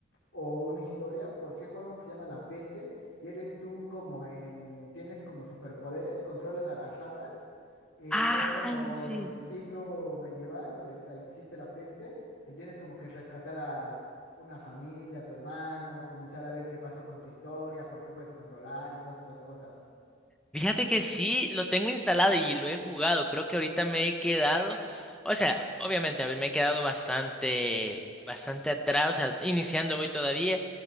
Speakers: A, on the left; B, in the centre.
A: o una historia, porque juega uno que se llama La Peste y eres tú como en, tienes como superpoderes, controlas a las ratas, eh,
B: Ah,
A: estás como
B: sí.
A: en el siglo medieval donde está, existe la peste, y tienes como que rescatar a una familia, a tu hermano, comenzar a ver qué pasó con tu historia, por qué puedes controlar y todas estas cosas.
B: Fíjate que sí, lo tengo instalado y lo he jugado. Creo que ahorita me he quedado, o sea, obviamente a ver, me he quedado bastante, bastante atrás, o sea, iniciando voy todavía.